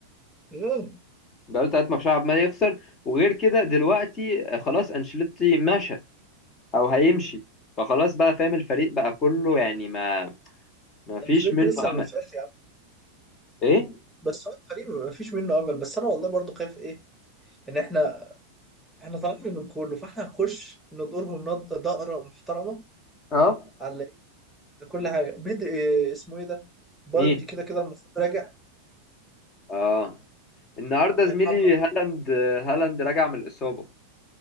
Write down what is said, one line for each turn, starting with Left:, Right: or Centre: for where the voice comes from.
Centre: اه
Left: بقاله ثلاث ماتشات عمال يخسر وغير كده دلوقتي آه، خلاص انشيلوتي مشى او هيمشي فخلاص بقى فاهم الفريق بقى كله يعني ما ما فيش
Centre: انشيلوتي
Left: منه
Centre: لسه ما
Left: امل
Centre: مشاش يا عم
Left: ايه
Centre: بس هو الفريق ما فيش منه امل بس انا والله برضو خايف ايه ان احنا احنا طالعين من كله فاحنا هنخش ندورهم نض- دقره محترمه
Left: اه
Centre: على ايه كل حاجه بدري إيه اسمه ايه ده بالدي
Left: مين
Centre: كده كده المفروض راجع
Left: اه النهارده
Centre: هيرحمنا
Left: زميلي هالاند آه، هالاند راجع من الاصابه